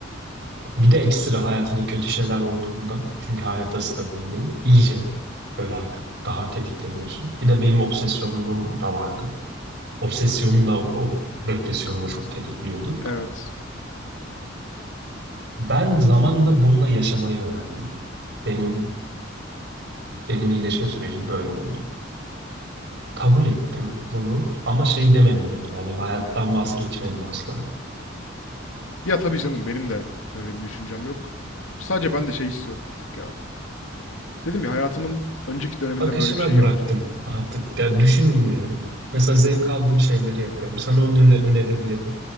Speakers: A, on the right (about 60°); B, on the left (about 85°).
A: Bir de ekstra hayatında kötü şeyler olduğunda çünkü hayatta stabil değil. iyice böyle artık daha tetikleniyorsun. Bir de benim obsesyonum da vardı. Obsesyonum da o o depresyonumu çok tetikliyordu.
B: Evet.
A: Ben zamanla bununla yaşamayı öğrendim. Benim benim iyileşme sürecim böyle oldu. Kabul ettim bunu ama şey demedim yani hani hayattan vazgeçmedim asla.
B: Ya tabii canım benim de öyle bir düşüncem yok. Sadece ben de şey istiyorum bir tık ya. Dedim ya hayatımın önceki döneminde
A: akışına
B: böyle bir şey yoktu.
A: bıraktım artık. Ya düşünmüyorum. Mesela zevk aldığım şeyleri yapıyorum. Sana onu öne- önerebilirim.